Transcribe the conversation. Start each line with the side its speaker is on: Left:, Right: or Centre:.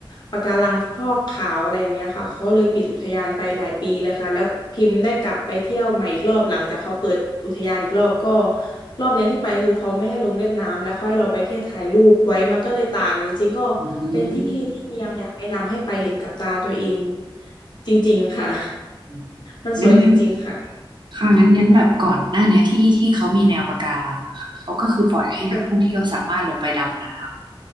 Left: ปะการังฟอกขาวอะไรอย่างเงี้ยค่ะเขาเลยปิดอุทยานไปหลายปีเลยค่ะแล้วพิมพ์ได้กลับไปเที่ยวใหม่อีกรอบหลังจากเขาเปิดอุทยานอีกรอบก็รอบเนี้ยที่ไปคือเขาไม่ให้ลงเล่นน้ำแล้วเขาให้เราไปแค่ถ่ายรูปไว้มันก็เลยต่างจริงๆก็เป็นที่ที่ยังอยากแนะนำให้ไปเห็นกับตาตัวเอง
Right: อืม
Left: จริงๆค่ะ
Right: อืม
Left: มันสวยจริงๆค่ะ
Right: งั้นงั้นค่ะงั้นงั้นแบบก่อนหน้าเนี้ยที่ที่เขามีแนวปะการังอะค่ะเขาก็คือปล่อยให้นักท่องเที่ยวสามารถลงไปดำน้ำ
Left: <laughs> ค่ะ